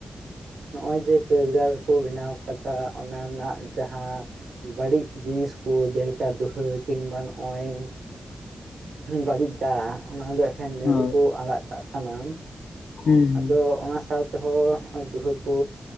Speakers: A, on the right (about 85°); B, on the left (about 85°).
A: ᱱᱚᱜ-ᱚᱭ ᱡᱮ ᱠᱟᱹᱨᱜᱚᱞ ᱠᱚ ᱵᱮᱱᱟᱣ ᱠᱟᱫᱟ ᱚᱱᱟ ᱨᱮᱱᱟᱜ ᱡᱟᱦᱟᱸ ᱵᱟᱹᱲᱤᱡᱽ ᱡᱤᱱᱤᱥ ᱠᱚ ᱡᱮᱞᱮᱠᱟ ᱫᱩᱸᱦᱟᱹ ᱠᱤᱝᱵᱟ ᱱᱚᱜ-ᱚᱭ ᱵᱟᱹᱲᱤᱡᱽ ᱫᱟᱜ ᱚᱱᱟ ᱫᱚ ᱮᱠᱷᱮᱱ ᱱᱟᱹᱭ
B: ᱦᱳᱭ
A: ᱨᱮᱠᱚ ᱟᱲᱟᱜ ᱠᱟᱜ ᱠᱟᱱᱟ᱾
B: ᱦᱩᱸ ᱦᱩᱸ
A: ᱟᱫᱚ ᱚᱱᱟ ᱥᱟᱶ ᱛᱮᱦᱚᱸ ᱱᱚᱜᱼᱚᱭ ᱫᱩᱸᱦᱟᱹ ᱠᱚ